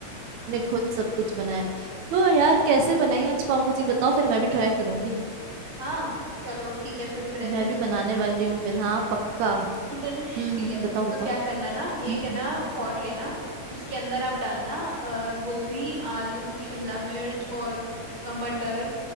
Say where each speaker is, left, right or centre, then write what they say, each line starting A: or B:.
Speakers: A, on the right; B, on the right.
A: खुद सब कुछ बनाया है। तो यार कैसे बनाई आज पाव भाजी बताओ फिर मैं भी ट्राई करूंगी
B: हाँ चलो ठीक है फिर मैं रेसिपी
A: मैं भी बनाने
B: बताती
A: वाली
B: हूँ
A: हूँ फिर हाँ पक्का
B: <laughs>
A: हम्म
B: ठीक
A: हम्म
B: है
A: बताओ बताओ
B: तो क्या करना ना एक
A: हम्म
B: है ना पॉट लेना उसके अंदर आप डालना अ, गोभी आलू शिमला मिर्च और अ, मटर